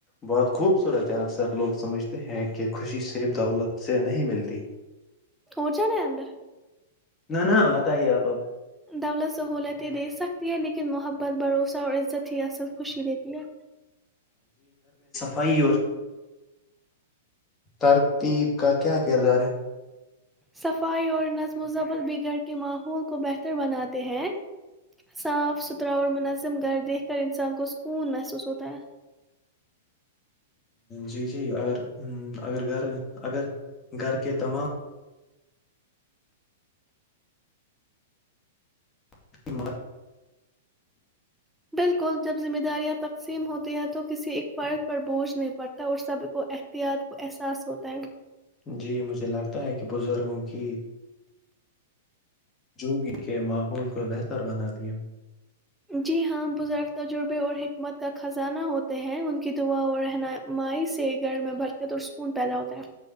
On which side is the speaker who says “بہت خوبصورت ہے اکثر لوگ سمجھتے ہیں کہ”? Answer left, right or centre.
Left